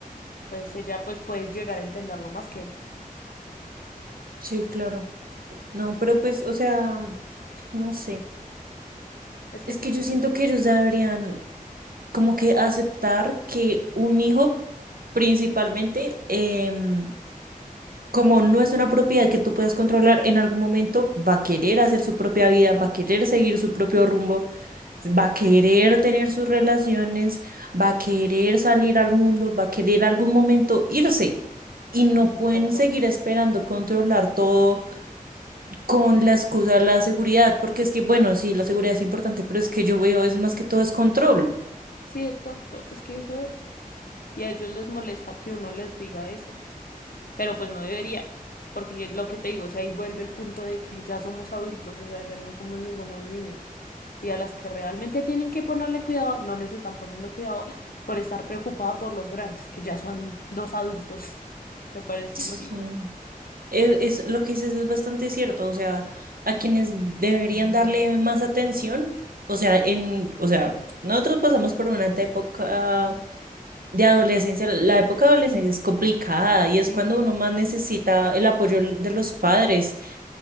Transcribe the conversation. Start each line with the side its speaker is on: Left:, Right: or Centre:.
Left: Entonces ella pues puede llegar a entenderlo más que él.
Right: Sí, claro. No, pero pues, o sea, no sé.
Left: Es que
Right: Es
Left: es difícil.
Right: que yo siento que ellos deberían como que aceptar que un hijo principalmente, em, como no es una propiedad que tú puedas controlar, en algún momento va a querer hacer su propia vida, va a querer seguir su propio rumbo, va a querer tener sus relaciones, va a querer salir al mundo, va a querer algún momento irse. Y no
Left: Exacto.
Right: pueden seguir esperando controlar todo con la excusa de la seguridad, porque es que, bueno, sí, la seguridad es importante, pero es que yo veo es más que todo es control.
Left: Sí, exacto. Es que eso es. Y a ellos les molesta que uno les diga eso. Pero pues no debería. Porque lo que te digo, o sea, ahí vuelve el punto de que ya somos adultos, o sea, ya no somos ningunos niños. Y a las que realmente tienen que ponerle cuidado, no les están poniendo cuidado por estar preocupada por los grandes, que ya son dos adultos. <laughs> Me parece
Right: Sí.
Left: ilógico.
Right: Es, es- lo que dices es bastante cierto, o sea, a quienes deberían darle más atención, o sea, en, o sea, nosotros pasamos por una época de adolescencia, la época de adolescencia es complicada y es
Left: Sí,
Right: cuando uno más necesita el apoyo de los padres